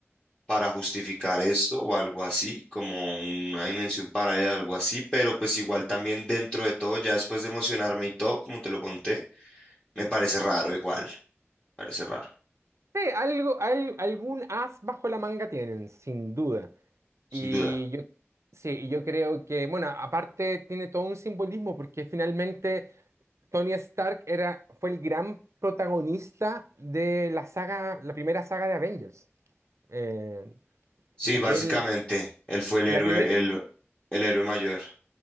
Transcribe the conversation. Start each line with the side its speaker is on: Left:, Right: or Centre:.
Left: para justificar esto o algo así, como una dimensión paralela, algo así, pero pues igual también dentro de todo, ya después de emocionarme y todo, como te lo conté, me parece raro igual, parece raro,
Right: Sí, algo, al- algún as bajo la manga tienen, sin duda.
Left: sin
Right: Y
Left: duda.
Right: yo, sí, y yo creo que, bueno, aparte tiene todo un simbolismo porque finalmente Tony Stark era, fue el gran protagonista de la saga, la primera saga de Avengers. Eh,
Left: Sí,
Right: o sea,
Left: básicamente,
Right: él,
Left: él fue el
Right: la
Left: héroe,
Right: primera,
Left: el, el héroe mayor.